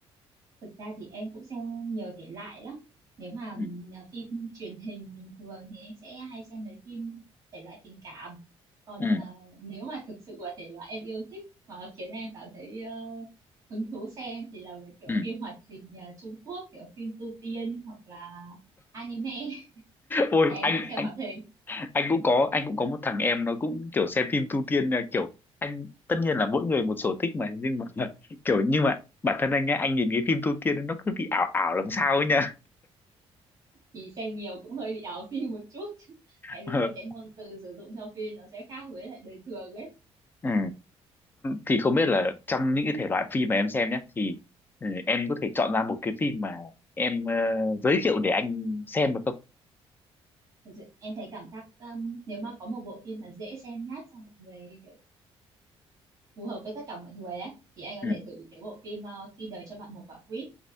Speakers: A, on the right; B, on the left.
A: thực ra thì em cũng xem nhiều thể loại lắm nếu mà ừm,
B: Ừ.
A: là phim truyền hình bình thường thì em sẽ hay xem mấy phim thể loại tình cảm còn
B: Ừ.
A: à, nếu mà thực sự là thể loại em yêu thích mà khiến em cảm thấy ờ, hứng thú xem thì là mấy kiểu
B: Ừ.
A: phim hoạt hình à, Trung Quốc kiểu phim tu tiên hoặc là anime <laughs>
B: Ôi
A: em
B: anh
A: thích xem
B: anh
A: hoạt hình
B: anh cũng có anh cũng có một thằng em nó cũng kiểu xem phim tu tiên nha, kiểu anh tất nhiên là mỗi người một sở thích mà nhưng mà <laughs> kiểu nhưng mà bản thân anh ấy anh nhìn cái phim tu tiên nó cứ bị ảo ảo làm sao ấy nha.
A: thì xem nhiều cũng hơi bị ảo phim một chút <laughs>
B: <laughs>
A: tại vì mấy cái ngôn từ sử dụng trong phim nó sẽ khác với lại đời thường ấy
B: Ừ. thì không biết là trong những cái thể loại phim mà em xem nhé thì ừ, em có thể chọn ra một cái phim mà em ờ, giới thiệu để anh xem được không
A: Thật sự em thấy cảm giác um, nếu mà có một bộ phim mà dễ xem nhất xong mọi người kiểu phù hợp với tất cả mọi người ấy thì anh có
B: ừ
A: thể thử cái bộ phim ờ, Khi đời cho bạn một quả quýt